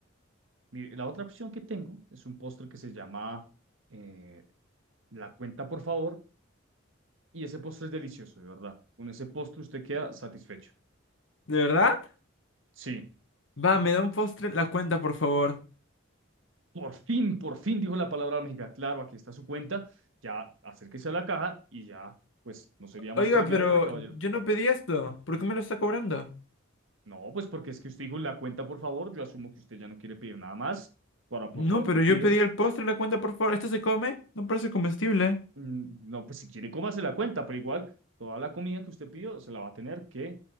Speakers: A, on the right; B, on the left.
A: Mire, la otra opción que tengo es un postre que se llama eh, la cuenta, por favor, y ese postre es delicioso, de verdad. Con ese postre usted queda satisfecho.
B: ¿De verdad?
A: Sí,
B: Va, me da un postre la cuenta, por favor.
A: por fin, por fin dijo la palabra mágica. Claro, aquí está su cuenta. Ya acérquese a la caja y ya, pues no sería más
B: Oiga,
A: por el
B: pero
A: día de hoy, caballero.
B: yo no pedí esto. ¿Por qué me lo está cobrando?
A: No, pues porque es que usted dijo la cuenta, por favor. Yo asumo que usted ya no quiere pedir nada más. Para, por
B: No,
A: favor,
B: pero
A: le pido.
B: yo pedí el postre la cuenta, por favor. ¿Esto se come? No parece comestible.
A: Mm, No, pues si quiere, cómase la cuenta, pero igual toda la comida que usted pidió se la va a tener que